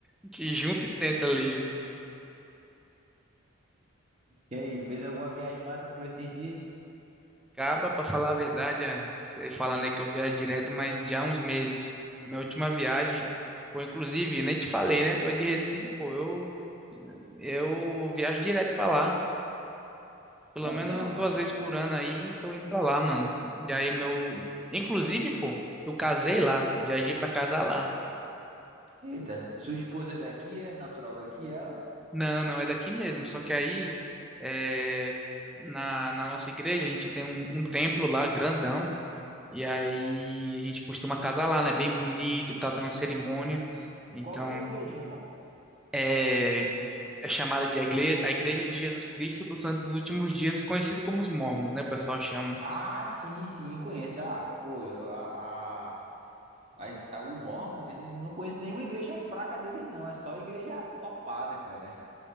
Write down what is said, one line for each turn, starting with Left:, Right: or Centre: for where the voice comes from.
Centre: gente junta e tenta ali.
Right: E aí, fez alguma viagem massa por esses dias?
Centre: Acaba, pra falar a verdade, ah, você falando aí que eu viajo direto, mas já há uns meses. Minha última viagem, pô, inclusive, nem te falei, né? Tô de Recife, pô, eu, eu viajo direto pra lá. Pelo
Right: É
Centre: menos
Right: mesmo,
Centre: umas duas
Right: cara?
Centre: vezes por ano aí, tô indo pra lá, mano. E aí, meu. Inclusive, pô, eu casei lá. Viajei pra casar lá.
Right: Eita, sua esposa é daqui, é natural daqui, ela?
Centre: Não, não, é daqui mesmo. Só que aí, é, na, na nossa igreja, a gente tem um, um templo lá grandão. E aí a gente costuma casar lá, né? Bem bonito e tal, tem uma cerimônia. Então,
Right: Qual é a igreja, irmão?
Centre: é, é chamada de a igle- a Igreja de Jesus Cristo dos Santos dos Últimos Dias, conhecido como os Mormons, né? O pessoal chama.
Right: Ah,
Centre: <laughs>
Right: sim, sim, conheço. Ah, pô, eu- a, a, as- a- o Mormons, ele não conhece nenhuma igreja fraca deles, não. É só igreja topada, cara.